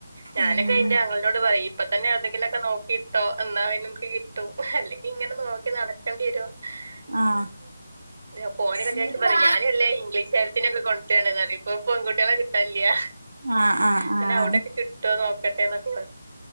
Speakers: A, on the right; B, on the right.
A: ഞാനൊക്കെ
B: ഉം
A: ഇന്റെ ആങ്ങൾനോട് പറിയും ഇപ്പ തന്നെ എവടെങ്കിലൊക്കെ നോക്കിട്ടോ ഇന്നാ പിന്നെണക്ക് കിട്ടും അല്ലെങ്കിങ്ങനെ നോക്കി നടക്കണ്ടി വെരും.
B: ആഹ്
A: ഉം, അപ്പോന് കല്യാണയ്ക്കുമ്പോ
B: ഇങ്ങട്ട്
A: പറീം
B: വാ
A: ഞാന് വല്ല ഇംഗ്ലീഷ്കാരിയെ കൊണ്ടരാണ്ന്നറീം ഇപ്പോ പെങ്കുട്ടിയാളെ കിട്ടാ ഇല്ലാ
B: ആഹ്
A: പിന്നെ
B: ആഹ്
A: അവ്ടെക്കെ കിട്ടോനോക്കട്ടേന്നൊക്കെ പറീം.